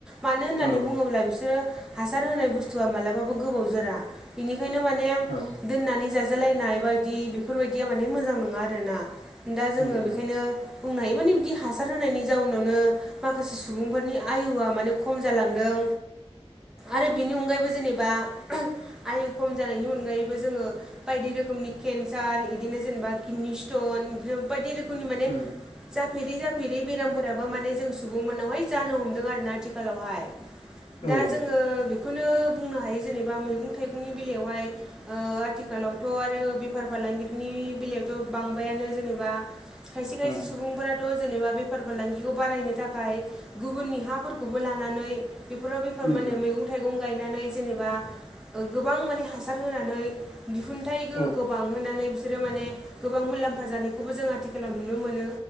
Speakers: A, in the centre; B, on the left.
A: मानो होननानै
B: औ
A: बुङोब्ला बिसोरो हासार होनाय बुस्थुआ मालाबाबो गोबाव जोरा। बिनिखायनो माने
B: औ
A: दोननानै जाजालायनाय बा बायदि बेफोरबायदिया माने मोजां नङा आरोना। दा जोङो
B: उम उम
A: बेखायनो बुंनो हायो माने बिदि हासार होनायनि जाउनावनो माखासे सुबुंफोरनि आयुआ माने खम जालांदों। आरो बेनि अनगायैबो जेनेबा आयु खम जानायनि अनगायैबो जोङो। बायदि रोखोमनि केन्सार बिदिनो जेनेबा किडनि स्टन इदिनो बायदि रोखोमनि माने
B: उम
A: जाफेरै जाफेरै बेरामफोराबो माने जों सुबुं मोनावहाय जानो हमदों आरोना आथिखालावहाय।
B: औ
A: दा जोङो बेखौनो बुंनो हायो जेनेबा मैगं थाइगंनि बेलायावहाय ओ आथिखालावथ' आरो बेफार फालांगिनि बेलायाव थ' बांबायानो जेनेबा खायसे-खायसे
B: औ
A: सुबुंफोरा थ' जेनेबा बेफार फालांगिखौ बारायनो थाखाय गुबुननि हाफोरखौबो लानानै बेफोराव बेफोर
B: उम
A: माने
B: उम
A: मैगं थाइगं गायनानै जेनेबा गोबां माने हासार होनानै दिहुनथाइ गोहोखौ
B: औ
A: बांहोनानै बिसोरो माने गोबां मुलाम्फा जानायखौबो जों आथिखालाव नुनो मोनो।